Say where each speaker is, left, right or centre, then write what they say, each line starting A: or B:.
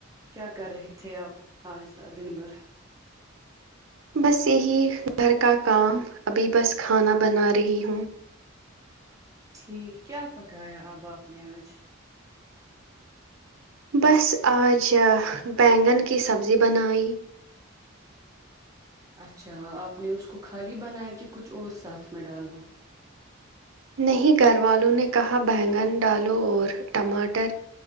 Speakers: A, on the right; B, on the right.
A: کیا کر رہے تھے آپ آج کا دن بھر
B: بس یہی گھر کا کام ابھی بس کھانا بنا رہی ہوں
A: ٹھیک کیا پکایا اب آپ نے آج
B: بس آج بینگن کی سبزی بنائی
A: اچھا آپ نے اس کو خالی بنایا کہ کچھ اور ساتھ میں ڈالا
B: نہیں گھر والوں نے کہا بینگن ڈالو اور ٹماٹر